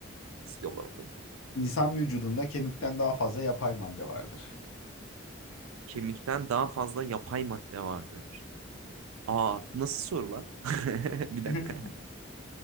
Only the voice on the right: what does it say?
yolla bakalım.
Kemikten daha fazla yapay madde vardır. Aa nasıl sorular? <laughs> Bir dakika.